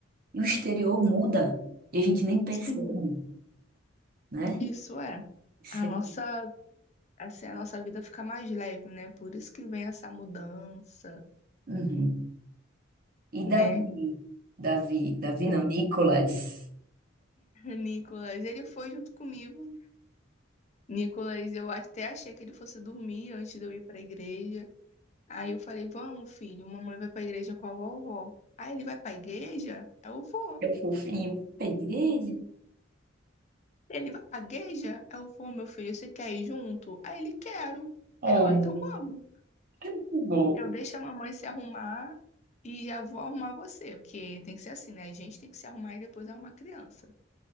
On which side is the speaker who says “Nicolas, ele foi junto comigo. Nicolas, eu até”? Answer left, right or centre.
Left